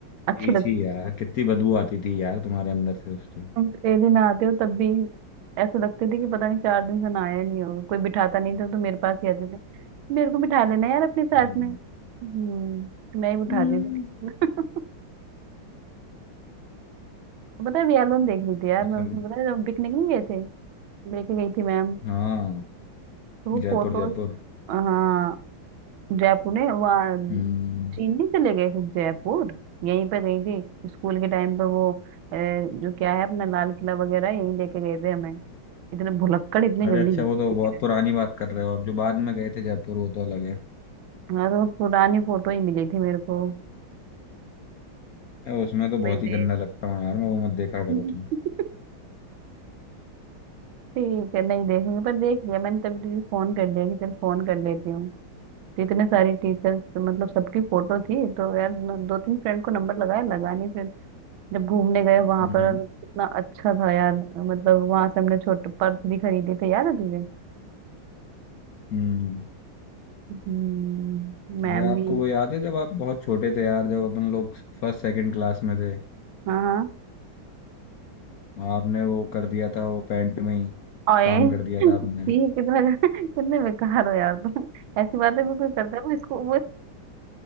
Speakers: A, on the right; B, on the left.
A: अच्छी
B: ठीक
A: लगती
B: ही यार कितनी बदबू आती थी यार तुम्हारे अंदर से उस टाइम
A: तुम तो डेली नहाते हो तब भी ऐसे लगते थे कि पता नहीं चार दिन से नहाया ही नहीं होगा कोई बिठाता नहीं था तो मेरे पास ही आते थे मेरे को बिठा लेना यार अपने साथ
B: हम्म।
A: में हम्म तो मैं ही बिठा देती
B: हम्म।
A: थी <laughs> पता है अभी एल्बम देख रही थी यार
B: अच्छा
A: मैं उसमें पता है जब पिकनिक नहीं गए थे लेके गई थी मैम
B: हाँ
A: तो वो
B: जयपुर
A: फोटोज
B: जयपुर
A: हाँ जयपुर ने वहाँ
B: हम्म
A: चीन नहीं चले गए थे जयपुर यहीं पे गई थी स्कूल के टाइम पे वो अ, जो क्या है अपना लाल किला वगैरह यहीं लेके गए थे हमें इतने भुलक्कड़ इतने जल्दी
B: अरे अच्छा
A: भूल
B: वो तो बहुत
A: गए।
B: पुरानी बात कर रहे हो अब जो बाद में गए थे जयपुर वो तो अलग है
A: हाँ तो पुरानी फोटो ही मिली थी मेरे को
B: ए, उसमें तो बहुत
A: वही
B: ही
A: देख
B: गंदा लगता हूँ यार मैं वो मत देखा करो
A: <laughs>
B: तुम
A: ठीक है नहीं देखूंगी पर देख लिया मैंने तभी तुझे फोन कर दिया कि चल फोन कर लेती हूँ तो इतने सारे टीचर्स मतलब सबकी फोटो थी तो यार न- दो तीन फ्रेंड को नंबर लगाया लगा नहीं फिर जब घूमने गए वहां
B: हम्म
A: पर और कितना अच्छा था यार मतलब वहां से हमने छोटे पर्स भी खरीदे थे याद है तुझे
B: हम्म हम्म।
A: हम्म मैम
B: अरे आपको
A: भी
B: वो याद है जब आप बहुत छोटे थे यार जब अपन लोग फर्स्ट सेकंड क्लास में थे
A: हाँ हाँ
B: आपने वो कर दिया था वो पैंट में ही
A: ओए
B: काम
A: <laughs>
B: कर दिया था आपने
A: ठीक है, कितना कितने बेकार हो यार तुम ऐसी बातें भी कोई करता है वो इसको